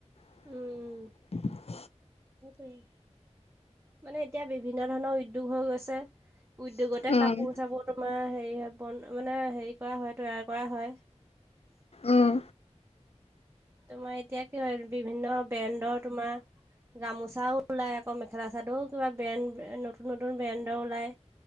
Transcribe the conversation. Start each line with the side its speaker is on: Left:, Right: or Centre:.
Left: <unintelligible>
Right: উম উম মানে এতিয়া বিভিন্ন ধৰণৰ উদ্যোগ হৈ গৈছে। উদ্যোগতে
Left: উম
Right: কাপোৰ চাপোৰ তোমাৰ হেৰি হয়, বন মানে হেৰি কৰা হয় তৈয়াৰ কৰা হয়।
Left: উম।
Right: তোমাৰ এতিয়া কি হয় বিভিন্ন ব্ৰেণ্ডৰ তোমাৰ গামোচাও ওলাই আকৌ মেখেলা চাদৰো কিবা বেন নতুন নতুন ব্ৰেণ্ডৰ ওলাই